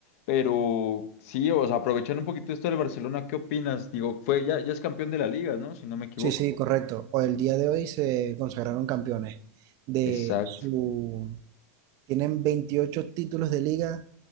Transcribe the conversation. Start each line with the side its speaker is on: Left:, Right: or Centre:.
Left: pero sí, o sea, aprovechando un poquito esto del Barcelona, ¿qué opinas? Digo, fue, ya, ya es campeón de la liga, ¿no? Si no me equivoco.
Right: Sí, sí, correcto. O el día de hoy se consagraron campeones de
Left: Exacto,
Right: su... Tienen 28 títulos de liga